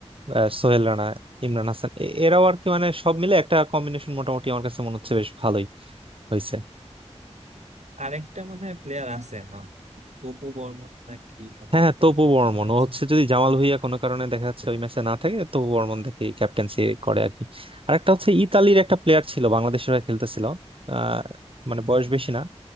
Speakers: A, on the right (about 50°); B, on the right (about 80°).
A: আহ, সোহেল রানা ইমরান হাসান এ- এরাও আর কি মানে সব মিলে একটা কম্বিনেশন মোটামুটি আমার কাছে মনে হচ্ছে বেশ ভালোই হয়েছে
B: আরেকটা মনে হয় প্লেয়ার আছে নাম কি? তপু বর্মন নাকি সম্ভবত
A: হ্যাঁ হ্যাঁ, তপু বর্মন
B: কি নাম
A: ও
B: ছিল?
A: হচ্ছে যদি জামাল ভুঁইয়া কোনো কারণে দেখা যাচ্ছে ওই ম্যাচে না থাকে তপু বর্মন দেখে ক্যাপ্টেন্সি করে আর কি আর একটা হচ্ছে ইতালির একটা প্লেয়ার ছিল বাংলাদেশের হয়ে খেলতেছিল আহ মানে বয়স বেশি না